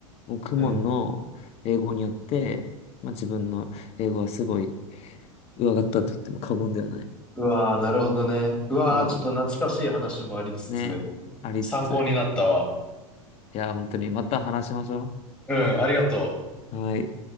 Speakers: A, on the left; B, in the centre.
A: もうクモンの英語によって、
B: うん。
A: まあ自分の英語はすごい上がったと言っても過言ではない。
B: うわー、なるほどね。うわー、
A: そ
B: ちょっと懐かしい話もありつつ、
A: う、ね、ありつつ。
B: 参考になったわ。
A: いや、本当にまた話しましょ
B: うん、ありがとう。
A: う。はい。